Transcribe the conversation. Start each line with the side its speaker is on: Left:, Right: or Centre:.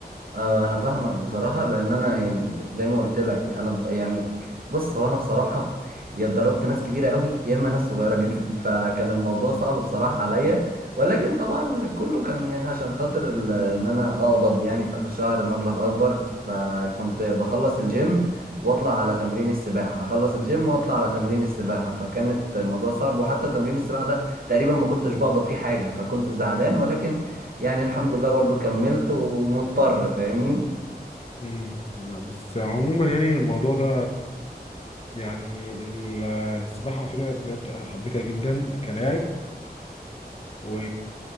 Right: آه، انا فاهمك بصراحه لان انا يعني زي ما قلت لك انا اتض- يعني بص هو انا بصراحه <laughs> يا اتدربت ناس كبيره قوي يا اما ناس صغيره جدا <laughs> فكان الموضوع صعب بصراحه عليا ولكن طبعا كله كان يعني عشان خاطر ال- ان انا اقبض يعني في اخر شهر مبلغ اكبر فكنت بخلص الجيم واطلع على تمرين السباحه اخلص الجيم واطلع على تمرين السباحه فكانت الموضوع صعب وحتى تمرين السباحه ده تقريبا ما كنتش بقبض فيه حاجه فكنت زعلان ولكن يعني الحمد
Left: مم.
Right: لله برضو كملت ومضطر فاهمني
Left: مم. بس عموما يعني الموضوع ده يعني ال- السباحه على فكره بجد انا حبيتها جدا كلاعب و...